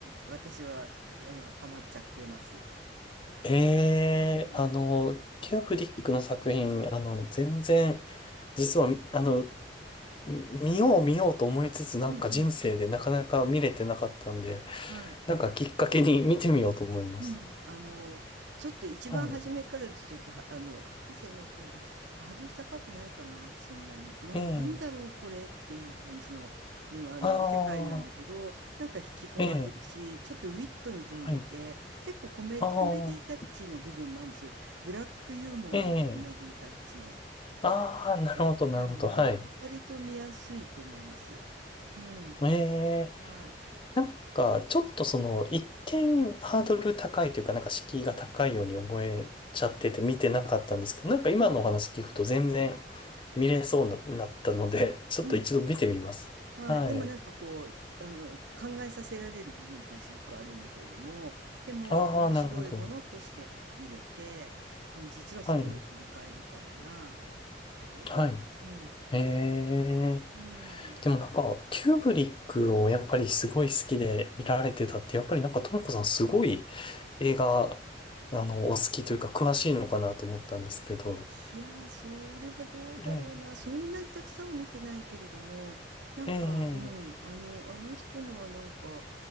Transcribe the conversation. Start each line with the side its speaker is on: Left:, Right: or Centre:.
Right: 私は、うん、ハマっちゃってます。
Left: え、ええ、
Right: うん。
Left: ええあの、キューブリックの作品、あの、全然、実は、あの、見よう見ようと思いつつ、なんか人生でなかなか見れてなかったんで、
Right: うんうん。はい。
Left: なんかきっかけに見てみようと思います。
Right: うん、あの、ちょっと一番初めからだとちょっと、
Left: はい。
Right: はあの、博士の異常な、あ、ハードル高くないかな、そんなに。なんか、
Left: ええ。
Right: なんだろう、これっていう感じの、うん、あの、
Left: ああ、
Right: 世界なんだけど、なんか引き込まれるし、
Left: ええ。
Right: ちょっとウィットに富んでて、
Left: はい。
Right: 結構コメ、
Left: ああ、
Right: コメディタッチの部分もあるんですよ。ブラックユーモアのコメディタッチのところがあるので、
Left: ええ。ああ、なるほど、なるほど。はい。
Right: 割と見やすいと思います。うん、
Left: ええ。
Right: は
Left: なんか、ちょっとその、一見ハードル高いというか、なんか敷居が高いように思えちゃってて見てなかったんですけど、なんか今のお話聞くと全然
Right: い。うん、
Left: 見れそうにななったので、ちょっと一度見てみます。
Right: うん。はい、
Left: はい。
Right: でもなんかこう、あの、考えさせられる部分っていうのはすごくあるんだけれども、でも面白いものとして見れて、
Left: ああ、なるほど。
Right: うん、実はすごい奥深いみたいなところ、
Left: はい。はい。
Right: うん、があります。
Left: へえ。
Right: うん。
Left: でもなんか、キューブリックをやっぱりすごい好きで見られてたって、やっぱりなんか、ともこさんすごい映画、あの、お好きというか、詳しいのかなと思ったんですけど。
Right: いやー、それはどうだろうな。
Left: ええ、
Right: そんなにたくさんは見てないけれども、なんか、
Left: ええ、ええ
Right: うん、あの、あの人のはなんか